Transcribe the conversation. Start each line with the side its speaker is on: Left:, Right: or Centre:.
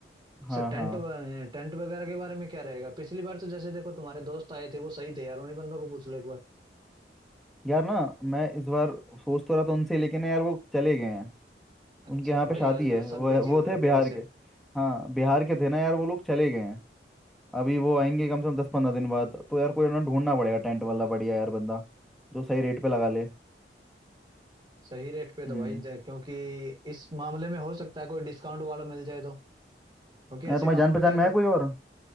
Centre: हाँ
Right: सर टेंट
Centre: हाँ
Right: व- टेंट वगैरह के बारे में क्या रहेगा पिछली बार तो जैसे देखो तुम्हारे दोस्त आए थे वो सही थे यार उन्हीं बंदों को पूछ लो एक बार
Centre: यार ना मैं इस बार सोच तो रहा था उनसे लेकिन ना यार वो चले गए हैं उनके
Right: अच्छा
Centre: यहाँ पे
Right: भाई
Centre: शादी
Right: आजकल
Centre: है
Right: सब
Centre: वो
Right: बिजी
Centre: वो
Right: हो
Centre: थे
Right: रखे
Centre: बिहार
Right: हैं वैसे
Centre: के हाँ बिहार के थे ना यार वो लोग चले गए हैं अभी वो आएंगे कम से कम दस पंद्रह दिन बाद तो यार कोई ना ढूंढना पड़ेगा टेंट वाला बढ़िया यार बंदा जो सही रेट पे लगा ले
Right: सही रेट पे तो
Centre: हम्म
Right: भाई ज- क्योंकि इस मामले में हो सकता है कोई डिस्काउंट वाला मिल जाए तो क्योंकि ऐसे
Centre: यार तुम्हारी
Right: कामों
Centre: जान पहचान
Right: में क्या
Centre: में है कोई और